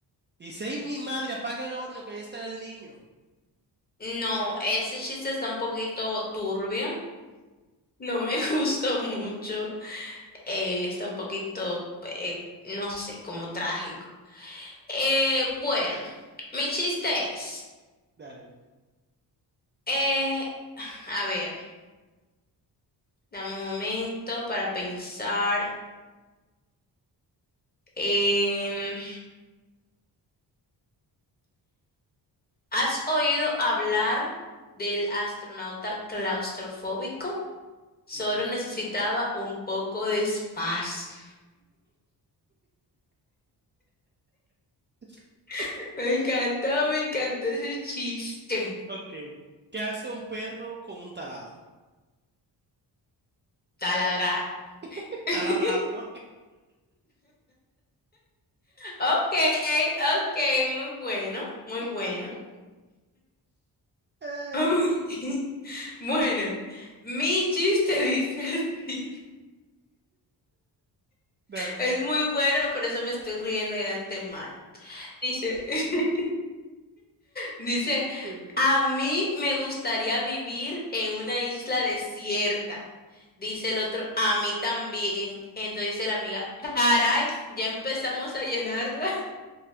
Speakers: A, on the right; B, on the left.
A: Y dice, ay, mi madre, apaga el horno, que ahí estará el niño.
B: No, ese chiste está un poquito turbio. No me <laughs> gustó mucho. Eh, está un poquito, eh, no sé, como trágico. Eh, bueno, mi chiste es,
A: Dale.
B: eh, a ver. Dame un momento para pensar. Em, ¿has oído hablar del astronauta claustrofóbico? Solo
A: No.
B: necesitaba un poco de espacio.
A: <laughs>
B: <laughs> Me encantó, me encantó ese chiste.
A: Ok. ¿Qué hace un perro con un taladro?
B: Taladrar.
A: <laughs> Taladrando.
B: <laughs> Ok, ok, muy bueno, muy
A: <laughs>
B: bueno.
A: Ay,
B: <laughs> Bueno, mi chiste dice así.
A: dale.
B: Es muy bueno, por eso me estoy riendo ya de antemano. Dice, <laughs> Dice,
A: Pero...
B: a mí me gustaría vivir en una isla desierta. Dice el otro, a mí también. Entonces dice la amiga, caray, ya empezamos a llenarla.